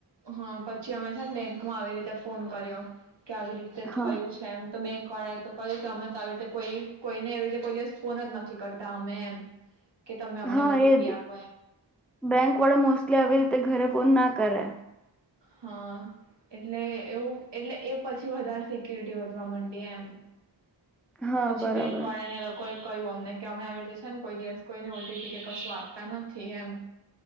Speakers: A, on the right; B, in the centre.
A: હા પછી અમે છે ને બેંક માં આવી રીતે ફોન કર્યો કે આવી રીતે
B: હા
A: થયું છે એમ તો બેંક વાળા એ તો કહ્યું કે અમે તો આવી રીતે કોઈ કોઈને એવી રીતે કોઈ દિવસ ફોન જ નથી કરતા અમે એમ કે તમે અમને
B: હા
A: ઓટીપી
B: એજ
A: આપ
B: બેંક વાળા મોસ્ટલી આવી રીતે ઘરે ફો ના કરે
A: હા એટલે એવું એટલે એ પછી વધારે સિક્યુરિટી વધવા માંડી એમ
B: હા
A: પછી
B: બરાબર
A: બેંક વાળી ને લોકો કયું અમને કે અમે આવી રીતે છે ને કોઈ દિવસ કોઈને ઓટીપી કે કશું આપતા નથી એમ